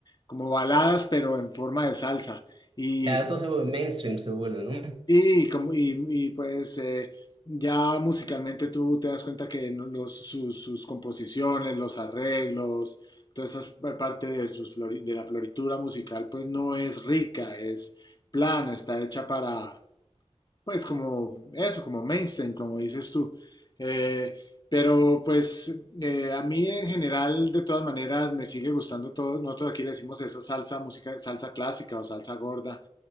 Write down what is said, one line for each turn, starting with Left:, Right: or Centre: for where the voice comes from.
Left: como baladas, pero en forma de salsa. Y
Right: ya todo se vuelve mainstream, se vuelve, ¿no?
Left: Sí, y como, y, y, pues eh, ya musicalmente tú te das cuenta que no- los, sus, sus composiciones, los arreglos, toda esa pa- parte de, sus flori- de la floritura musical, pues no es rica, es plana, está hecha para, pues como eso, como mainstream, como dices tú. Eh, pero pues eh, a mí en general, de todas maneras, me sigue gustando todo. Nosotros aquí le decimos esa salsa música, salsa clásica o salsa gorda